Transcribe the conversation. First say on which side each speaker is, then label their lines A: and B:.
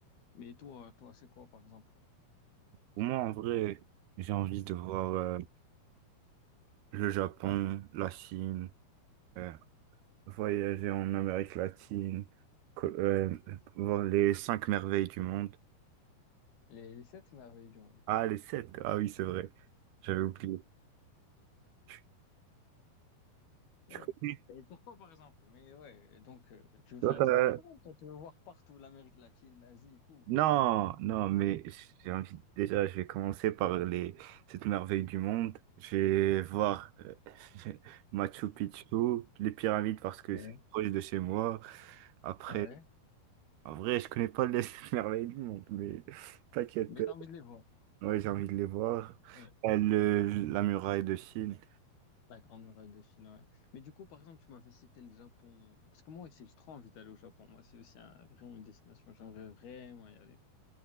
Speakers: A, on the left (about 75°); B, on the right (about 80°).
A: Mais toi, toi, c'est quoi, par exemple?
B: Pour moi, en vrai, j'ai envie de voir. euh, le Japon, la Chine, euh, voyager en Amérique latine, co- euh, voir les cinq merveilles du monde.
A: Les, les sept merveilles du monde.
B: Ah, les sept. Ah oui, c'est vrai. J'avais oublié. Tu, tu
A: Ouais.
B: connais?
A: Et pourquoi, par exemple? Mais ouais, donc, euh, tu veux
B: Toi,
A: faire
B: t'as-
A: le tour du monde, toi, tu veux voir partout l'Amérique latine, l'Asie et tout.
B: Non, non, mais j'ai envie, déjà, je vais commencer par les sept merveilles du monde. Je vais voir euh, <laughs> Machu Picchu, les pyramides parce que
A: Ouais.
B: c'est proche de chez moi. Après,
A: Ouais.
B: en vrai, je connais pas les <laughs> sept merveilles du monde, mais t'inquiète.
A: Mais t'as envie de les voir.
B: Ouais, j'ai envie de les voir.
A: Ouais.
B: Euh, le- la muraille de Chine.
A: La Grande Muraille de Chine, ouais. Mais du coup, par exemple, tu m'avais cité le Japon. Parce que moi aussi, j'ai trop envie d'aller au Japon. Moi, c'est aussi un- vraiment une destination. J'aimerais vraiment y aller.